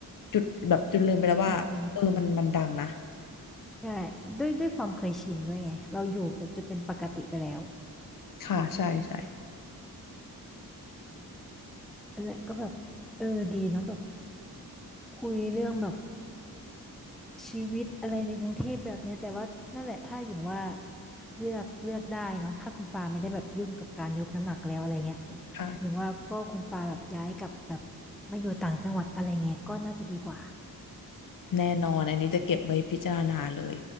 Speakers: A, on the left (about 60°); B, in the centre.
A: จุดแบบจนลืมไปแล้วว่าเออมันมันดังนะ
B: อืมอืมใช่ด้วยด้วยความเคยชินด้วยไงเราอยู่เป็นจนเป็นปกติไปแล้ว
A: ค่ะใช่ใช่
B: อันแหละก็แบบเออดีเนาะแบบคุยเรื่องแบบชีวิตอะไรในกรุงเทพแบบเนี้ยแต่ว่านั่นแหละถ้าอย่างว่าเลือกเลือกได้เนาะถ้าคุณปาไม่ได้แบบยุ่งกับการยกน้ำหนักแล้วอะไรเงี้ย
A: ค่ะ
B: อย่างว่าก็คุณปาแบบย้ายกลับแบบมาอยู่ต่างจังหวัดอะไรเงี้ยก็น่าจะดีกว่า
A: แน่นอนอันนี้จะเก็บไว้พิจารณาเลย